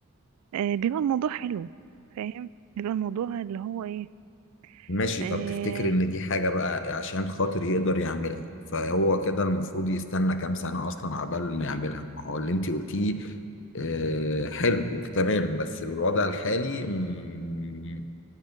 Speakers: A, on the right; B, on the left.
A: آه، بيبقى الموضوع حلو فاهم بيبقى الموضوع اللي هو ايه
B: ماشي
A: آه،
B: طب تفتكر ان دي حاجة بقى عشان خاطر يقدر يعملها فهو كده المفروض يستنى كام سنة اصلا عبال ما يعملها ما هو اللي انت قلتيه آه، حلو تمام بس بالوضع الحالي مم،